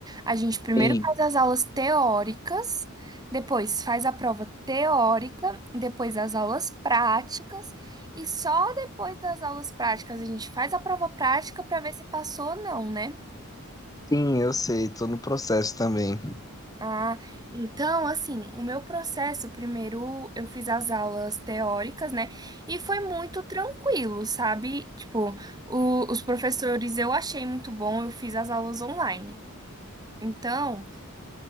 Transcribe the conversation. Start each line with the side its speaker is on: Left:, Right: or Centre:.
Right: a gente primeiro
Left: Sim.
Right: faz as aulas teóricas, depois faz a prova teórica, depois as aulas práticas, e só depois das aulas práticas a gente faz a prova prática para ver se passou ou não, né?
Left: Sim, eu sei, tô no processo também.
Right: Ah, então, assim, o meu processo, primeiro eu fiz as aulas teóricas, né? E foi muito tranquilo, sabe? Tipo, o- os professores eu achei muito bom, eu fiz as aulas online. Então,